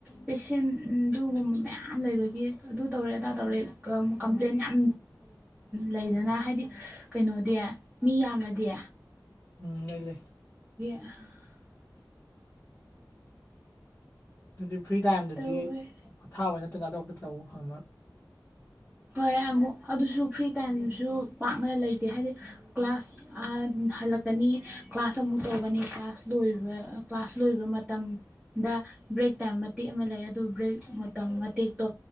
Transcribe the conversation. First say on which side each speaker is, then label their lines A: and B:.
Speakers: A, in the centre; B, on the left (about 25°).
A: ꯄꯦꯁꯦꯟ ꯑꯗꯨꯒꯒꯨꯝꯕ ꯃꯌꯥꯝ ꯂꯩꯕꯒꯤ ꯑꯗꯨ ꯇꯧꯔꯦ ꯑꯗꯥ ꯇꯧꯔꯦ ꯀꯝꯄ꯭ꯂꯦꯟ ꯌꯥꯝ ꯂꯩꯗꯅ ꯍꯥꯏꯗꯤ ꯀꯩꯅꯣꯗꯤ ꯃꯤ ꯌꯥꯝꯃꯗꯤ
B: ꯎꯝ ꯂꯩ ꯂꯩ
A: ꯑ
B: ꯑꯗꯨꯗꯤ ꯐ꯭ꯔꯤ ꯇꯥꯏꯝꯗꯗꯤ
A: ꯇꯧꯋꯦ
B: ꯄꯣꯊꯥꯕ ꯅꯠꯇ ꯅꯠꯇꯄꯠꯇꯎ ꯍ
A: ꯍꯣꯏ ꯑꯃꯨꯛ ꯑꯗꯨꯁꯨ ꯐ꯭ꯔꯤ ꯇꯥꯏꯝꯁꯨ ꯄꯥꯛꯅ ꯂꯩꯇꯦ ꯍꯥꯏꯗꯤ ꯀ꯭ꯂꯥꯁ ꯍꯜꯂꯛꯀꯅꯤ ꯀ꯭ꯂꯥꯁ ꯑꯃꯨꯛ ꯇꯧꯒꯅꯤ ꯀ꯭ꯂꯥꯁ ꯂꯣꯏꯕ ꯀ꯭ꯂꯥꯁ ꯂꯣꯏꯕ ꯃꯇꯝꯗ ꯕ꯭ꯔꯦꯛ ꯇꯥꯏꯝ ꯃꯇꯦꯛ ꯑꯃ ꯂꯩ ꯑꯗꯨ ꯕ꯭ꯔꯦꯛ ꯃꯇꯝ ꯃꯇꯦꯛꯇꯣ